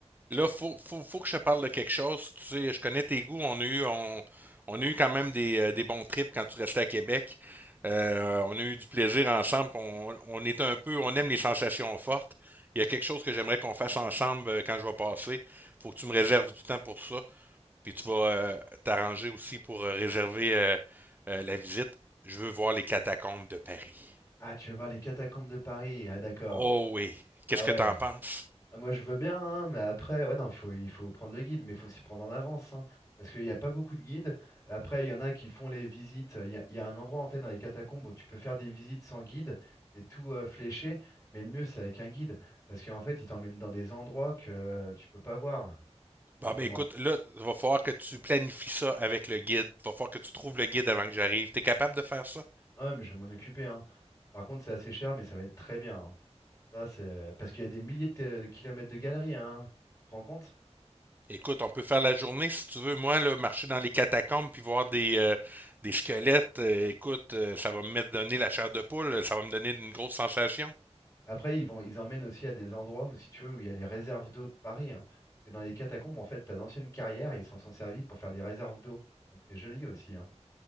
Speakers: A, on the right; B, on the left.
A: Là, faut, faut, faut que je te parle de quelque chose. Tu sais, je connais tes goûts. On a eu, on, on a eu quand même des, euh, des bons trips quand tu restais à Québec. Euh, on a eu du plaisir ensemble. On, on est un peu, on aime les sensations fortes. Il y a quelque chose que j'aimerais qu'on fasse ensemble euh, quand je vais passer. Faut que tu me réserves du temps pour ça. Puis tu vas euh, t'arranger aussi pour euh, réserver euh, euh, la visite. Je veux voir les catacombes de Paris.
B: Ah, tu veux voir les catacombes de Paris? Ah, d'accord.
A: Oh oui. Qu'est-ce
B: Ah
A: que
B: ouais.
A: t'en penses?
B: Ah, moi, je veux bien, hein, mais après, ouais, non, faut, il faut prendre le guide, mais il faut s'y prendre en avance, hein, parce qu'il n'y a pas beaucoup de guides. Et après, il y en a qui font les visites. Il y a, il y a un endroit, en fait, dans les catacombes où tu peux faire des visites sans guide. C'est tout euh, fléché, mais le mieux, c'est avec un guide, parce qu'en fait, il t'emmène dans des endroits que euh, tu peux pas voir autrement.
A: Bon, ben écoute, là, il va falloir que tu planifies ça avec le guide. Il va falloir que tu trouves le guide avant que j'arrive. T'es capable de faire ça?
B: Ah Ouais, mais je vais m'en occuper, hein. Par contre, c'est assez cher, mais ça va être très bien. hein. Ça, c'est parce qu'il y a des milliers de, euh, de kilomètres de galeries, hein. Tu te rends compte?
A: Écoute, on peut faire la journée si tu veux. Moi, là, marcher dans les catacombes puis voir des, euh, des squelettes, euh, écoute, euh, ça va me mettre donner la chair de poule, ça va me donner une grosse sensation.
B: Après, ils vont, ils emmènent aussi à des endroits où, si tu veux, où il y a les réserves d'eau de Paris. hein. Parce que dans les catacombes, en fait, t'as d'anciennes carrières et ils s'en sont servis pour faire des réserves d'eau. Donc c'est joli aussi. hein.